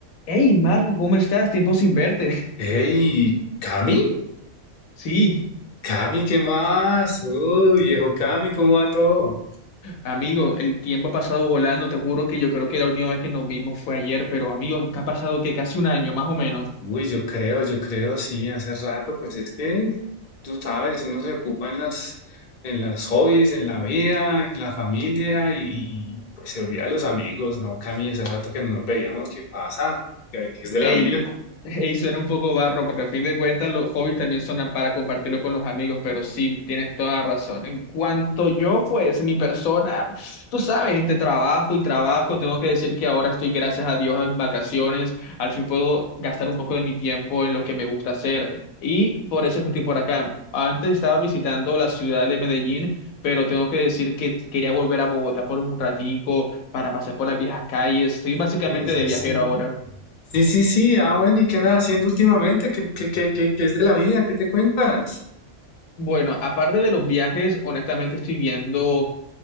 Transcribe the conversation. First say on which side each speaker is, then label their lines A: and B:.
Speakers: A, on the left (about 80°); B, on the left (about 45°).
A: Hey, Marco, ¿cómo estás? Tiempo sin verte. <laughs>
B: Hey, Cami,
A: Sí,
B: Cami, ¿qué más? Uy, viejo Cami, ¿cómo va todo?
A: amigo, el tiempo ha pasado volando. Te juro que yo creo que la última vez que nos vimos fue ayer, pero amigo, nunca ha pasado que casi un año, más o menos.
B: Uy, yo creo, yo creo, sí, hace rato, pues es que tú sabes, uno se ocupa en las, en las hobbies, en la vida, en la familia y, y- y, pues se olvida de los amigos, ¿no? Cami, hace rato que no nos veíamos, ¿qué pasa? ¿Qué, qué es de
A: Ey,
B: la vida?
A: ey, suena un poco barro porque a fin de cuentas los hobbies también son para compartirlo con los amigos, pero sí, tienes toda la razón. En cuanto yo, pues mi persona, tú sabes, entre trabajo y trabajo, tengo que decir que ahora estoy, gracias a Dios, en vacaciones. Al fin puedo gastar un poco de mi tiempo en lo que me gusta hacer y por eso es que estoy por acá. Antes estaba visitando la ciudad de Medellín, pero tengo que decir que quería volver a Bogotá por un ratico para pasar por las viejas calles. Estoy básicamente
B: Sí, sí,
A: de viajero
B: sí.
A: ahora.
B: Sí, sí, sí, ah, bueno, ¿y qué andas haciendo últimamente? ¿Qué, qué, qué, qué, qué es de la vida? ¿Qué te cuentas?
A: Bueno, aparte de los viajes, honestamente estoy viendo